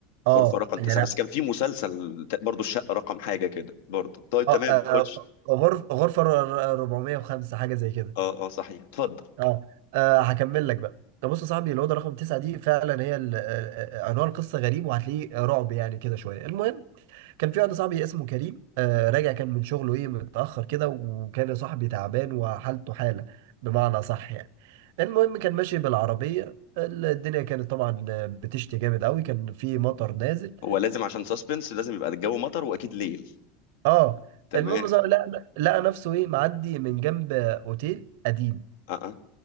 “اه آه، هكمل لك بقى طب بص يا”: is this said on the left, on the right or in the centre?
Right